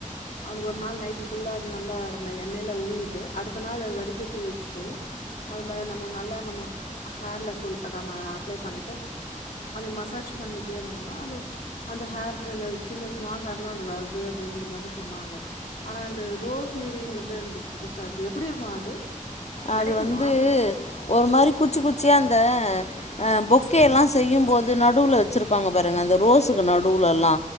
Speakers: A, on the left; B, on the left.
A: அவனுக்கு ஒரு நாள் நைட்டு ஃபுல்லா அது நல்லா அந்த எண்ணெயில ஊறிட்டு அடுத்த நாள் அத வடிக்கட்டி வச்சுட்டு அதுமே நம்மோ நல்லா நம்ம ஹேர்ல சொல் அப்ளை பண்ணிட்டு கொஞ்சோ மசாஜ் பண்ணிட்டே இருந்தோனா அந்த ஒரு ச்ச அந்த ஹேர் ஜன் அந்த சின்ன ஸ்மால் ஹேர்லா அது வருது அப்டின்ற மாரி சொன்னாங்க ஆனா அந்த ரோஸ் மேரிங்கிது எனக்கு புதுசா இருக்கு எப்புடி இருக்கோ அது
B: அது
A: கெடைக்குமா
B: வந்து ஒரு மாரி குச்சி குச்சியா அ தே ஆ பொக்கேலா செய்யும் போது நடுல வச்சிருப்பாங்க பாருங்க அந்த ரோஸுக்கு நடுல எல்லா